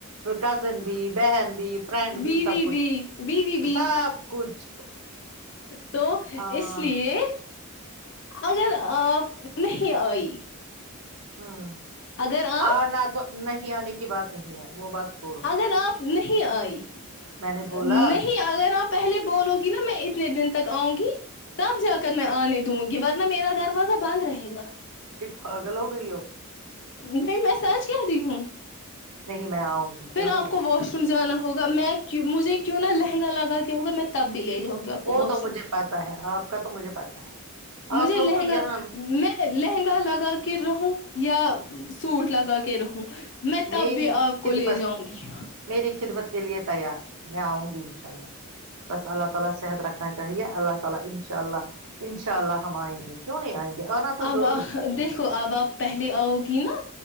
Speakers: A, on the right (about 85°); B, on the left (about 55°).
A: کزن بھی بہن بھی فرینڈ
B: بیوی
A: سب کچھ
B: بھی بیوی بھی
A: سب کچھ
B: تو
A: ہاں
B: اس لیے اگر آپ نہیں آئی
A: ہاں
B: اگر آپ
A: آنا تو نہیں نہیں آنے کی بات نہیں ہے وہ بات چھوڑو
B: اگر آپ نہیں آئی ج
A: میں نے بولا
B: نہیں اگر آپ پہلے بھی بولو گی نا میں اتنے دن تک آؤں گی تب جا کر میں آنے دوں گی ورنہ میرا دروازہ بند رہے <inaudible>
A: پگل ہو گئی ہو
B: نہیں میں سچ کہ رہ ہوں
A: نہیں میں آؤں گی کیا
B: پھر
A: ہو
B: آپ
A: گیا
B: کو واش روم جانا ہوگا میں مجھے کیوں نہ لہنگا لگا کے ہوگا میں تب بھی لے جاؤ گی آپ کو
A: وہ
B: واش
A: تو مجھے
B: روم
A: پتا ہے آپ کا تو مجھے پتا ہے
B: مجھے
A: آپ لوگ
B: لہنگا
A: تو یہاں
B: میں لہنگا لگا کے رہوں یا سوٹ لگا کے رہو میں تب
A: میری
B: بھی آپ کو
A: خدمت
B: لے جاؤں گی
A: میری خدمت کے لیے تیار میں آؤں گی ان شاء اللہ تعالیٰ صحت رکھنا چاہیے اللہ تعالیٰ انشاءاللہ انشاءاللہ ہم آئیں گے کیوں نہیں آئیں گے آنا تو
B: اب
A: ضروری ہے
B: دیکھو اب آپ پہلے آؤ گی نا